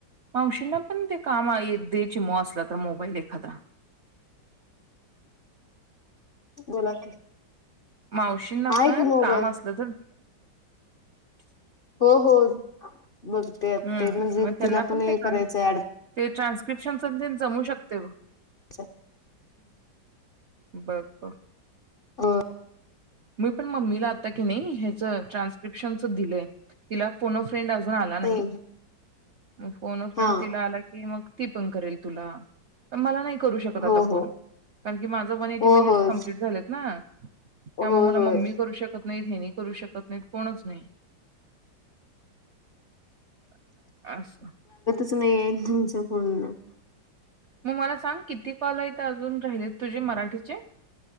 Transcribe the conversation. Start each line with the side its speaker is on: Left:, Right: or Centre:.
Right: मावशीना पण ते काम दे चिमु असला त मोबाईल एखादा.
Left: बोला की.
Right: मावशींना
Left: आहे
Right: पण
Left: की मोबाईल
Right: काम असलं? <unintelligible>
Left: हो हो. बघते, ते
Right: हम्म
Left: म्हणजे
Right: मग त्यांना
Left: तिला पण हे
Right: ते काम
Left: करायचं ऍंड?
Right: ते ट्रान्स्क्रिप्शनच ते जमू शकते बगं.
Left: अच्छा.
Right: बगं-बगं.
Left: अ.
Right: मी पण मम्मीला आता की नाही, ह्याच ट्रान्स्क्रिप्शनच, दिलंय तिला फोन अ. फ्रेंड अजून आला नाही.
Left: हम्म.
Right: अ फोनो फ्रेंड,
Left: हा
Right: तिला अला की मंग. ती पण करेल तुला, पण मला नाही करु शकत
Left: हो
Right: आता फोन,
Left: हो
Right: कारण की माझा पण एटी
Left: हो
Right: मिनिट्स
Left: होय
Right: कपलिंट झालेत ना. त्यामुळ
Left: होय
Right: मला
Left: होय
Right: मम्मी करू शकत. नाही हे नी करू शकत, नाही कोणच नाही. <inaudible> अस.
Left: नाही आहे तुमच फोन.
Right: मग मला सांग, किती कॉल आहेत अजून राहिलेत तुझे मराठीचे?